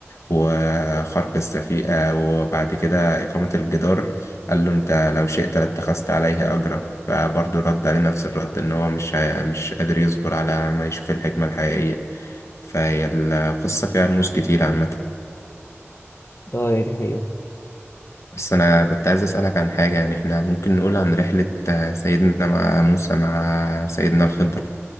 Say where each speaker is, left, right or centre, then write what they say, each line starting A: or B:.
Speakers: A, on the left; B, on the left.
A: وخرق السفيئة وبعد كده إقامة الجدار قال له أنت لو شئت لاتخذت عليه أجرا فبرضه رد عليه نفس الرد إن هو مش هي- مش قادر يصبر على ما يشوف الحكمة الحقيقية فهي القصة فيها رموز كتير عامة
B: اه يعني هي
A: بس أنا كنت عايز أسألك عن حاجة يعني إحنا ممكن نقول عن رحلة آه، سيدنا مع موسى مع سيدنا الخضر